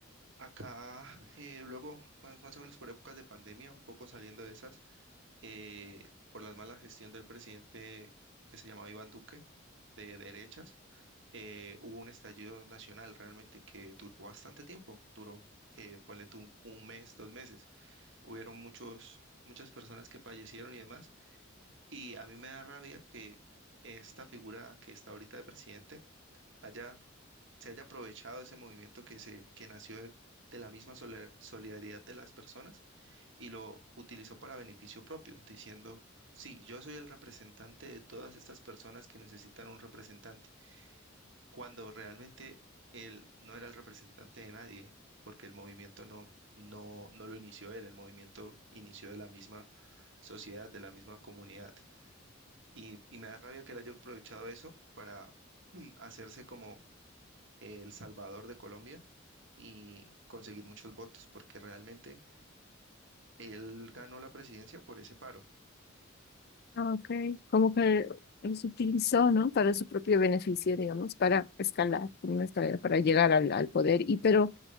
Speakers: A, on the right; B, on the left.
A: Acá, eh, luego, más, más o menos por épocas de pandemia, un poco saliendo de esas, eh, por la mala gestión del presidente que se llamaba Iván Duque, de derechas, eh, hubo un estallido nacional realmente que duró bastante tiempo, duró, que ponle tú un un mes, dos meses. Hubieron muchos, muchas personas que fallecieron y demás, y a mí me da rabia que esta figura que está ahorita de presidente haya se haya aprovechado de ese movimiento que, se, que nació de, de la misma sola- solidaridad de las personas y lo utilizó para beneficio propio, diciendo, sí, yo soy el representante de todas estas personas que necesitan un representante, cuando realmente él no era el representante de nadie, porque el movimiento no, no, no lo inició él, el movimiento inició de la misma sociedad, de la misma comunidad. Y, y me da rabia que él haya aprovechado eso para <clears throat> mm, hacerse como eh, El Salvador de Colombia y conseguir muchos votos, porque realmente él ganó la presidencia por ese paro.
B: Ah, Ok, como que los utilizó, ¿no? Para su propio beneficio, digamos, para escalar, como una escalera, para llegar al, al poder. Y pero,